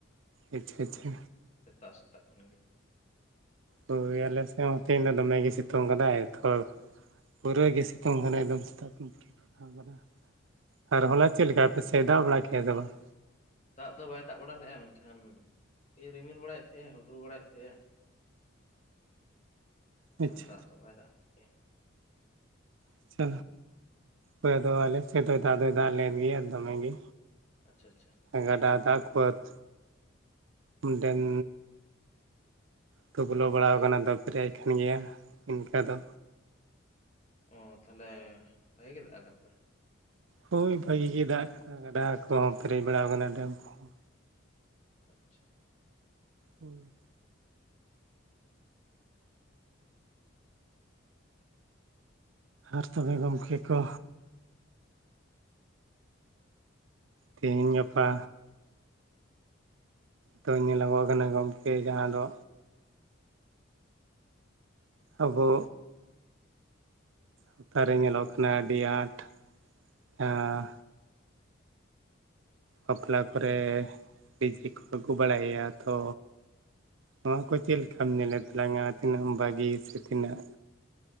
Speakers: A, on the right; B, on the left.
A: ᱟᱪᱪᱷᱟ ᱟᱪᱪᱷᱟ
B: ᱥᱮᱛᱟᱜ ᱥᱮᱛᱟᱜ ᱠᱷᱚᱱ ᱜᱮ
A: ᱦᱳᱭ ᱟᱞᱮ ᱥᱮᱫ ᱦᱚᱸ ᱛᱮᱦᱮᱸᱧ ᱫᱚᱢᱮ ᱜᱮᱭ ᱥᱤᱛᱩᱝ ᱟᱠᱟᱫᱟᱭ ᱛᱚᱨ ᱯᱩᱨᱟᱹ ᱜᱮ ᱥᱤᱛᱩᱝ ᱟᱠᱟᱱᱟ ᱮᱠᱫᱚᱢ ᱥᱮᱛᱟᱜ ᱠᱷᱚᱱ ᱯᱷᱟᱠᱟ ᱢᱮᱱᱟᱜ ᱼᱟ᱾ ᱟᱨ ᱦᱚᱞᱟ ᱪᱮᱫ ᱞᱮᱠᱟ ᱟᱯᱮ ᱥᱮᱫ ᱫᱟᱜᱽ ᱵᱟᱲᱟ ᱠᱮᱜᱼᱟ ᱥᱮ ᱵᱟᱝ
B: ᱫᱟᱜᱽ ᱫᱚ ᱵᱟᱭ ᱫᱟᱜᱽ ᱵᱟᱲᱟ ᱞᱮᱫᱼᱟ ᱢᱮᱱ ᱠᱷᱟᱱ ᱤᱭᱟᱹ ᱨᱤᱢᱤᱞ ᱵᱟᱲᱟᱭᱮᱫ ᱛᱟᱦᱮᱸ ᱦᱩᱰᱩᱨ ᱵᱟᱲᱟᱭᱮᱫ ᱛᱟᱦᱮᱸ
A: ᱟᱪᱪᱷᱟ
B: ᱟᱨ ᱫᱟᱜᱽ ᱫᱚ ᱵᱟᱭ ᱫᱟᱜᱽ ᱜᱮᱭᱟ
A: <unintelligible> ᱦᱳᱭ ᱫᱚ ᱟᱞᱮ ᱥᱮᱫ ᱫᱚᱭ ᱫᱟᱜᱽ ᱫᱚᱭ ᱫᱟᱜᱽ ᱞᱮᱜ ᱜᱮᱭᱟ ᱫᱚᱢᱮ ᱜᱮ
B: ᱟᱪᱪᱷᱟ ᱟᱪᱪᱷᱟ
A: ᱜᱟᱰᱟ ᱫᱟᱜᱽ ᱠᱚ ᱟᱛ ᱰᱮᱢ ᱛᱚ ᱵᱚᱞᱚ ᱵᱟᱲᱟᱣ ᱟᱠᱟᱱᱟ ᱫᱟᱜᱽ ᱯᱮᱨᱮᱡᱽ ᱟᱠᱟᱱ ᱜᱮᱭᱟ ᱤᱱᱠᱟ ᱫᱚ
B: ᱚᱸ ᱛᱟᱦᱚᱞᱮ ᱵᱷᱟᱹᱜᱤ ᱜᱮ ᱫᱟᱜᱽ ᱟᱠᱟᱫ ᱛᱚ
A: ᱦᱳᱭ ᱵᱷᱟᱹᱜᱤ ᱜᱮ ᱫᱟᱜᱽ ᱟᱠᱟᱫᱟ ᱜᱟᱰᱟ ᱠᱚᱦᱚᱸ ᱯᱮᱨᱮᱡᱽ ᱵᱟᱲᱟᱣ ᱟᱠᱟᱱᱟ ᱰᱮᱢ ᱠᱚᱦᱚᱸ
B: ᱟᱪᱪᱷᱟ
A: ᱦᱳᱭ ᱟᱨ ᱛᱚᱵᱮ ᱜᱚᱢᱠᱮ ᱠᱚ ᱛᱮᱦᱤᱧ ᱜᱟᱯᱟ ᱛᱚ ᱧᱮᱞ ᱚᱜᱚ ᱟᱠᱱᱟ ᱜᱚᱢᱠᱮ ᱡᱟᱦᱟᱸ ᱫᱚ ᱟᱵᱚ ᱞᱟᱛᱟᱨ ᱨᱮ ᱧᱮᱞᱚᱜ ᱠᱟᱱᱟ ᱟᱹᱰᱤ ᱟᱸᱴ ᱡᱟᱦᱟᱸ ᱵᱟᱯᱞᱟ ᱠᱚᱨᱮ ᱰᱤᱡᱮ ᱠᱚ ᱟᱹᱜᱩ ᱵᱟᱲᱟᱭᱮᱼᱟ ᱛᱚ ᱱᱚᱣᱟ ᱠᱚ ᱪᱮᱫ ᱞᱮᱠᱟᱢ ᱧᱮᱞᱮ ᱛᱟᱞᱟᱝᱼᱟ ᱛᱤᱱᱟᱹᱜ ᱵᱷᱟᱹᱜᱤ ᱥᱮ ᱛᱤᱱᱟᱹᱜ